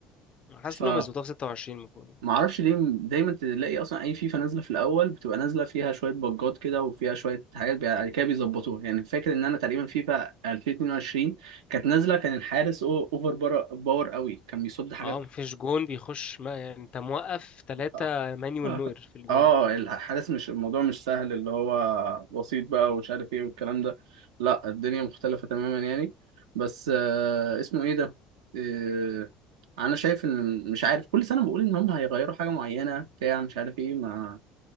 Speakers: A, on the left; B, on the right.
A: حاسس
B: فاهم
A: انهم يظبطوها في 26 المفروض يعني.
B: ما اعرفش ليه دايما تلاقي اصلا اي فيفا نازله في الاول بتبقى نازله فيها شويه بجات كده وفيها شويه حاجات بي- بعد كده بيظبطوها يعني فاكر ان انا تقريبا فيفا 2022 كانت نازله كان الحارس أو- اوفر بار- باور قوي كان بيصد حاجات
A: اه مفيش جون بيخش ما يعني انت موقف ثلاثة
B: <laughs> اه
A: مانويل
B: آه.
A: نوير في الجون
B: آه، الحارس مش الموضوع مش سهل اللي هو بسيط بقى ومش عارف ايه والكلام ده لا الدنيا مختلفه تماما يعني بس آه اسمه ايه ده آه انا شايف ان مش عارف كل سنه بقول ان هم هيغيروا حاجه معينه بتاع مش عارف ايه ما